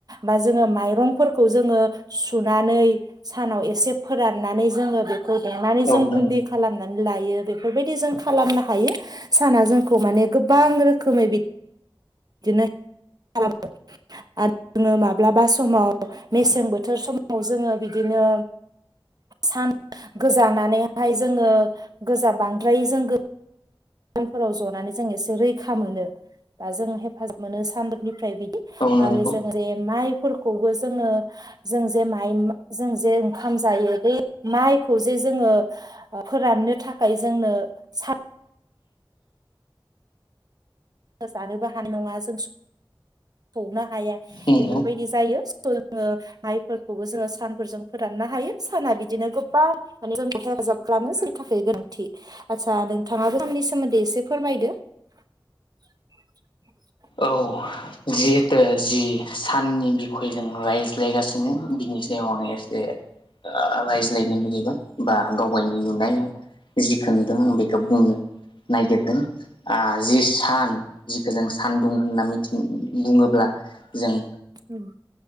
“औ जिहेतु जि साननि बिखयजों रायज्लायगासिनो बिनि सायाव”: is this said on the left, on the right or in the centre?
Left